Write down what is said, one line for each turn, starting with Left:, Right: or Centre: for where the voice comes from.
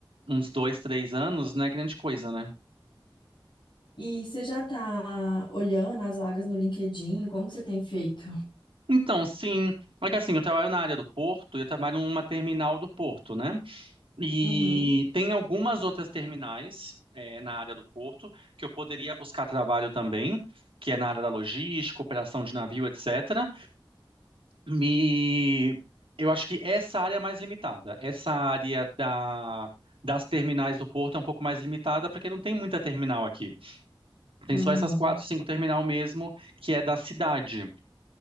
Right: uns dois, três anos, não é grande coisa, né?
Left: E você já está olhando as vagas no LinkedIn? Como que você tem feito?
Right: Então, sim. É que assim, eu trabalho na área do porto e eu trabalho numa terminal do porto, né? E
Left: Uhum,
Right: tem algumas outras terminais é, na área do porto que eu poderia buscar trabalho também, que é na área da logística, operação de navio, etc. E eu acho que essa área é mais limitada. Essa área da- das terminais do porto é um pouco mais limitada porque não tem muita terminal aqui. Tem
Left: uhum,
Right: só essas quatro, cinco terminal mesmo que é da cidade.